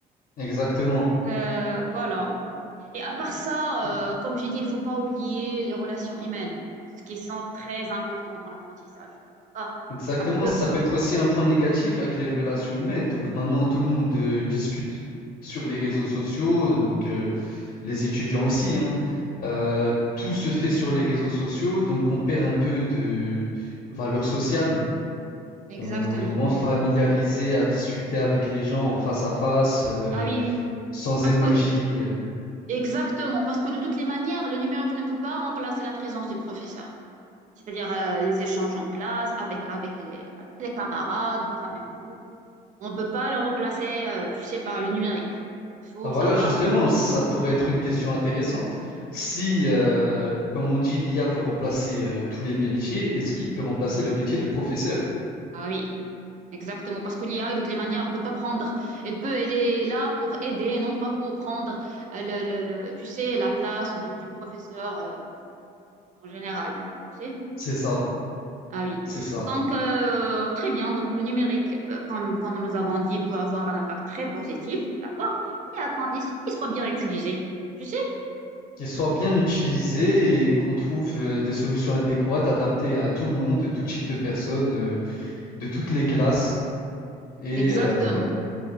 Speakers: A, on the left (about 55°); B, on the right (about 50°).
A: Exactement.
B: Euh, voilà. Et à part ça,
A: Ouais.
B: euh, comme j'ai dit, il faut pas oublier les relations humaines, ce qui sont très important dans l'apprentissage. Ah,
A: Exactement.
B: parce que,
A: Ça peut être aussi un point négatif avec les relations humaines. Donc maintenant, tout le monde euh, discute sur les réseaux sociaux, donc euh, les étudiants aussi, hein. Euh, tout se fait sur les réseaux sociaux, donc on perd un peu de valeur sociale.
B: Exactement,
A: On est moins
B: oui.
A: familiarisé à discuter avec les gens en face à face, euh,
B: ah oui, oui.
A: sans
B: Parce
A: émoji.
B: que,
A: euh,
B: exactement, parce que de toutes les manières, le numérique ne peut pas remplacer la présence du professeur. C'est-à-dire euh, les échanges en classe, avec, avec les, avec les camarades, du travail en groupe. On ne peut pas le remplacer, euh, tu sais, par le numérique. Il faut
A: Ah, Voilà,
B: savoir
A: justement,
B: l'utiliser.
A: ça pourrait être une question intéressante. Si, euh, comme on dit, l'IA peut remplacer euh, tous les métiers, est-ce qu'il peut remplacer le métier de professeur?
B: Ah oui. Exactement, parce que l'IA, de toutes les manières, elle peut pas prendre. Elle peut, elle est là pour aider, non pas pour prendre, euh, le, le- le- tu sais, la place de- du professeur euh, en général. Tu sais?
A: C'est ça,
B: Ah oui.
A: c'est ça.
B: Donc, euh, très bien. Donc, le numérique, euh, comme, comme nous avons dit, peut avoir un impact très positif, d'accord? Mais à condition qu'il soit bien utilisé. Tu sais?
A: Qu'il soit bien utilisé et qu'on trouve euh, des solutions adéquates, adaptées à tout le monde, de tout type de personnes, euh, de toutes les classes. Et
B: Exactement.
A: il